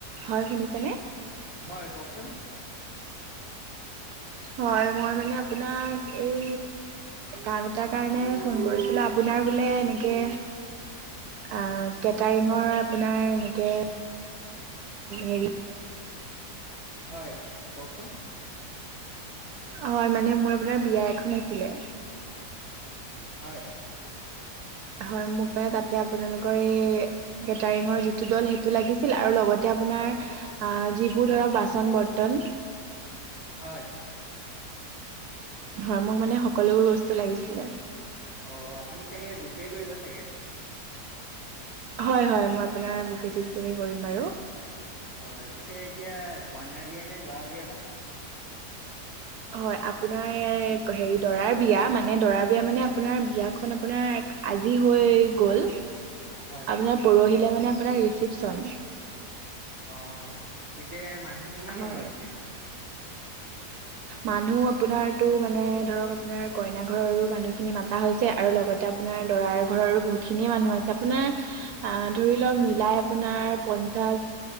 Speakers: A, on the right; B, on the left.
A: হয় শুনিছা নে?
B: হয় কওকচোন?
A: হয় মই মানে আপোনাক এই কাম এটাৰ কাৰণে ফোন কৰিছিলো, আপোনাৰ বোলে এনেকে আঁ কেটাৰিঙৰ আপোনাৰ এনেকে হেৰি
B: হয়, কওকচোন?
A: হয় মানে মোৰ আপোনাৰ বিয়া এখন আছিলে।
B: হয়।
A: হয় মোক মানে তাতে আপোনালোকৰ এই কেটাৰিঙৰ যিটো দল সেইটো লাগিছিল আৰু লগতে আপোনাৰ আঁহ যিবোৰ ধৰক বাচন বৰ্তন।
B: হয়।
A: হয় মোক মানে সকলোবোৰ বস্তু লাগিছিলে।
B: অ আপুনি চাগে বুফে কৰিব চাগে?
A: হয় হয়, মই আপোনাৰ বুফে চিষ্টেমে কৰিম বাৰু।
B: হয় পিছে এতিয়া কইনাৰ বিয়া নে দৰা বিয়া বা?
A: হয় আপোনাৰ হেৰি দৰাৰ বিয়া, মানে দৰাৰ বিয়া মানে আপোনাৰ বিয়াখন আপোনাৰ আজি হৈ গ'ল।
B: হয়।
A: আপোনাৰ পৰহিলে মানে আপোনাৰ ৰিচিপচন।
B: অ পিছে মানুহ কিমানমান
A: হয়
B: মাতিছে?
A: মানুহ আপোনাৰতো মানে ধৰক আপোনাৰ কইনা ঘৰৰো মানুহখিনি ম তা হৈছে আৰু লগতে আপোনাৰ দৰাৰ ঘৰৰো বহুত খিনিয়ে মানুহ আছে। আপোনাৰ আ ধৰি লওক মিলাই আপোনাৰ পঞ্চাশ